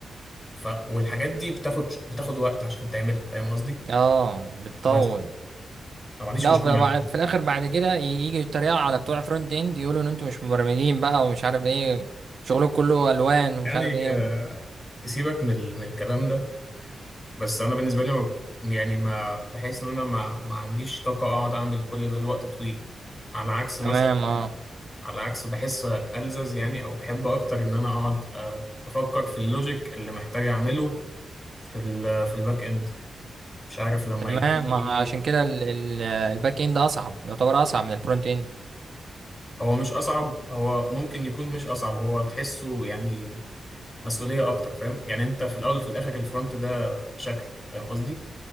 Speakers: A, on the left (about 20°); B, on the right (about 60°).
A: ف... والحاجات دي بتاخد بتاخد وقت عشان تعملها فاهم قصدي؟
B: اه بتطول
A: بس انا ما عنديش
B: لا
A: مشكله
B: في
A: معاك
B: في الاخر بعد كده ي- يجي يتريقوا على بتوع فرونت اند يقولوا ان انتوا مش مبرمجين بقى ومش عارف ايه شغلكم كله الوان ومش
A: يعني
B: عارف ايه
A: آه، سيبك من ال- من الكلام ده بس انا بالنسبه لي ما يعني ما بحس ان انا ما ما عنديش طاقه اقعد اعمل كل ده لوقت طويل على عكس مثلا
B: تمام اه
A: على عكس بحس ألزز يعني او بحب اكتر ان انا اقعد آه، افكر في اللوجيك اللي محتاج اعمله في ال في الباك اند مش عارف لما
B: تمام
A: يجي لي
B: ما
A: ايه
B: عشان كده ال- ال- الباك اند اصعب يعتبر اصعب من الفرونت اند
A: هو مش اصعب هو ممكن يكون مش اصعب هو تحسه يعني مسؤوليه اكتر فاهم يعني انت في الاول وفي الاخر الفرونت ده شكل فاهم قصدي